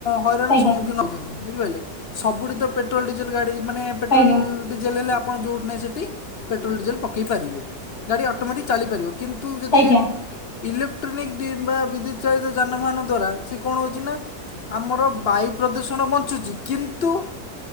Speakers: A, on the left (about 50°); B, on the left (about 80°).
A: ହଇରାଣର
B: ଆଜ୍ଞା
A: ସମ୍ମୁଖୀନ ହଉଚନ୍ତି। ବୁଝିପାଇଲେ, ସୁବୁଠି ତ ପେଟ୍ରୋଲ୍ ଡିଜେଲ୍ ଗାଡି ମାନେ ପେଟ୍ରୋଲ୍
B: ଆଜ୍ଞା
A: ଡିଜେଲ୍ ହେଲେ ଆ ଆପଣ ଯୋଉଠି ନାଇଁ ସେଠି ପେଟ୍ରୋଲ୍ ଡିଜେଲ୍ ପକେଇ ପାରିବେ, ଗାଡ଼ି ଅଟୋମେଟିକ୍ ଚାଲିପାରିବ, କିନ୍ତୁ ଯଦି
B: ଆଜ୍ଞା ଆଜ୍ଞା
A: ଇଲେକ୍ଟ୍ରୋନିକ୍ <unintelligible> ବିଦ୍ୟୁତ୍ ଚାଳିତ ଯାନବାହାନ ଦ୍ଵାରା ସେ କଣ ହଉଚି ନା ଆମର ବାୟୁ ପ୍ରଦୂଷଣ ବଞ୍ଚୁଚି, କିନ୍ତୁ